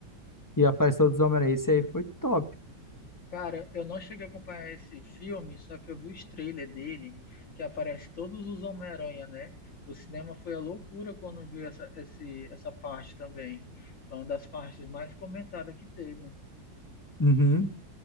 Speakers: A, on the left; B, on the left.
A: e apareceu dos Homem-Aranha. Esse aí foi top.
B: Cara, eu não cheguei a acompanhar esse filme, só que eu vi os trailers dele, que aparece todos os Homem-Aranha, né? O cinema foi a loucura quando viu essa, esse, essa parte também. Foi uma das partes mais comentadas que teve.
A: Uhum.